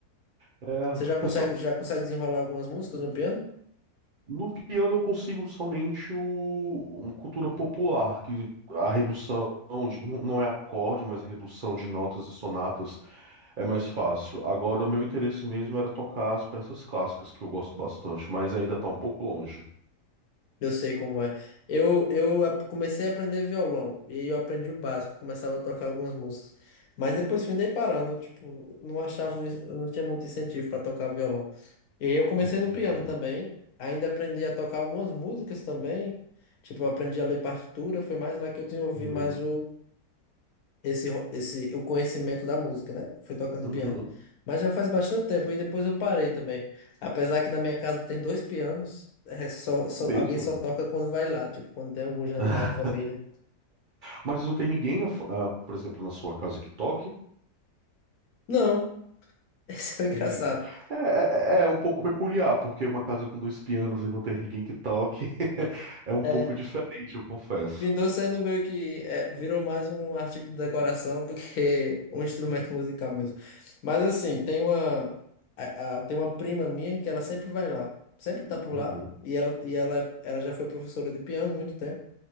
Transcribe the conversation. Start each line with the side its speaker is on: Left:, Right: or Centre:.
Right: É,
Left: Você já consegue,
Right: pessoal,
Left: já consegue desenrolar algumas músicas no piano?
Right: no piano eu consigo somente o, uma cultura popular, que a redução de, não não é acorde, mas redução de notas e sonatas é mais fácil. Agora, o meu interesse mesmo era tocar as peças clássicas, que eu gosto bastante, mas ainda tá um pouco longe.
Left: Eu sei como é. Eu, eu a- comecei a aprender violão e aí eu aprendi o básico, começava a tocar algumas músicas. Mas depois fui dei parando, tipo, não achava, um ins- não tinha muito incentivo para tocar violão. E aí eu comecei
Right: Entendi.
Left: no piano também, ainda aprendi a tocar algumas músicas também. Tipo, eu aprendi a ler partitura, foi mais lá que eu desenvolvi
Right: Uhum.
Left: mais esse, ro- esse, o conhecimento da música, né? Fui tocando
Right: Uhum.
Left: piano. Mas já faz bastante tempo e depois eu parei também. Apesar que na minha casa tem dois pianos, é só, só-
Right: Mesmo.
Left: alguém só toca quando vai lá, tipo, quando tem algum jantar
Right: <laughs>
Left: em família.
Right: Mas não tem ninguém, na fa- ah, por exemplo, na sua casa que toque?
Left: Não, <laughs> esse é o engraçado.
Right: Entendi. É, é, é é um pouco peculiar, porque uma casa com dois pianos e não ter ninguém que toque <laughs> é um
Left: É,
Right: pouco diferente, eu confesso.
Left: findou sendo meio que é, virou mais um artigo de decoração do que um instrumento musical mesmo. Mas assim, tem uma, a- a- tem uma prima minha que ela sempre vai lá, sempre tá por
Right: Uhum.
Left: lá. E ela, e ela, ela já foi professora de piano há muito tempo.